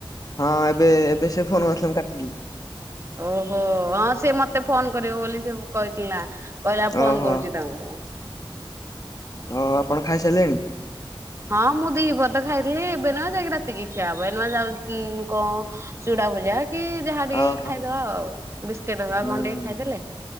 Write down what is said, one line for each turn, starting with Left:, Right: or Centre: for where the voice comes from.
Left: ହଁ ଏବେ ଏବେ ସେ ଫୋନ କରିଥିଲେ ମୁଁ କାଟିଦେଲି।
Right: ଓହୋ ହଁ ସିଏ ମତେ ଫୋନ କରିବ ବୋଲି ସବୁ କହିଥିଲା। କହିଲା ଫୋନ
Left: ଓହୋ
Right: କରୁଛି ତାଙ୍କୁ।
Left: ହଁ ଆପଣ ଖାଇସାରିଲେଣି?
Right: ହଁ ମୁଁ ଦିବରେ ତ ଖାଇଥିଲି ଏବେ ନୁ ଯାଇକି ରାତିକି ଖିଆ ହବ ଏନୁଆ ଯାଉ ଉଁ କ ଚୁଡା ଭଜା କି ଯାହା ଟିକେ
Left: ଓହୋ
Right: ଖାଇଦବା ଆଉ। ବିସ୍କିଟ ବା
Left: ହୁଁ।
Right: କଣ୍ଡେଇ ଖାଇଦେଲେ